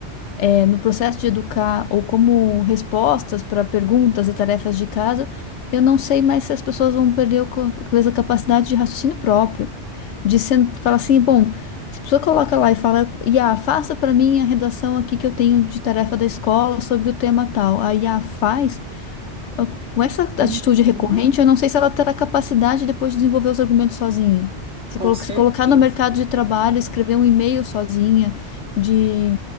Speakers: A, on the left; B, on the right.
A: é, no processo de educar ou como respostas para perguntas e tarefas de casa, eu não sei mais se as pessoas vão perder o co- talvez a capacidade de raciocínio próprio, de sen- falar assim, bom, se a pessoa coloca lá e fala, Iá, faça para mim a redação aqui que eu tenho de tarefa da escola sobre o tema tal. A Iá faz, eu- Com essa atitude
B: Uhum.
A: recorrente, eu não sei se ela terá capacidade depois de desenvolver os argumentos sozinha. Se
B: Com
A: colo-
B: certeza.
A: se colocar no mercado de trabalho, escrever um e-mail sozinha, de,